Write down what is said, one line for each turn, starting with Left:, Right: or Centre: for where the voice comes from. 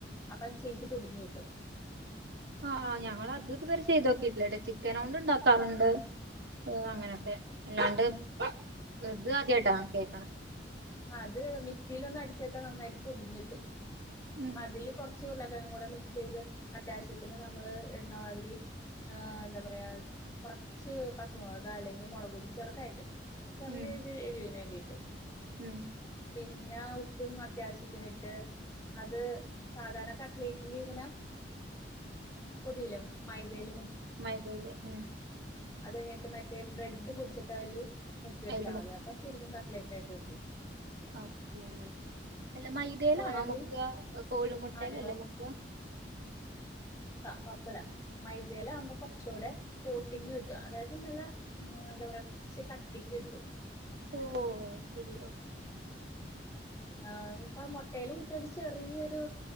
Left: അപ്പത് ശക്ക് പൊടിഞ്ഞു കിട്ടു
Right: ആഹ് ആഹ് ഞങ്ങള് അത് ഇതുവരെ ചെയ്തോക്കിട്ടില്ല ചിക്കന കൊണ്ട് ഉണ്ടാക്കാറുണ്ട് അങ്ങനെയൊക്കെ അല്ലാണ്ട് എത് ആദ്യായിട്ടാ കേൾക്കണ
Left: അത് മിക്സിൽ ഒന്ന് അടിച്ചേത്താ നന്നായിട്ട് പൊടിഞ്ഞ കിട്ടും
Right: ഉം
Left: അപ്പൊ അതില് കൊറച്ച് ചുരുളക്കഴങ് കൂടെ മിക്സ് ചെയ്ത് അത്യാവശ്യത്തിന് നമ്മൾ ഇടണമാതിരി എന്താ പറയുക കുറച്ച് പച്ചമുളക് അല്ലെങ്കിൽ മുളക് പോടി ചെറുതായിട്ട് ചെറിയൊരു
Right: ഉം
Left: എരിവിന് വേണ്ടി എ
Right: ഉം
Left: പിന്നെ ഉപ്പും അത്യാവശ്യത്തിന് ഇട്ട് അത് സാധാരണ കട്ലേറ്റിൽ ഇങ്ങനെ പൊതിയല മൈദയിലും
Right: മൈദയില് ഉം
Left: അത് കഴിഞ്ഞിട്ട് മറ്റേ ബ്രെഡ് കുടിച്ചിട്ട് അയില് മുക്കിയെടുത്താ
Right: അയില്
Left: മതി അപ്പ ശരിക്കും കട്ലൈറ്റ് ആട്ട്
Right: ഓക്കെ അല്ല മൈദയിലാണോ
Left: സോയാബീൻ
Right: മുക്ക കോഴിമുട്ടൽ
Left: ആഹ് ഞങ്ങള്
Right: അല്ലേ മുക്ക
Left: പഴപ്പില്ല മൈദയില ആവുമ്പ കുറ് ചൂടെ ബോട്ടിങ്ങ് കിട്ടും അതായത് നല്ല ഉം എന്താ പറയാ ച്ച് കട്ടിക്ക് കിട്ടു
Right: ഓ ശരിയാ
Left: ആ ഇപ്പൊ മുട്ടയിലും മുക്കിയ ഒരു ചെ ചെറിയൊരു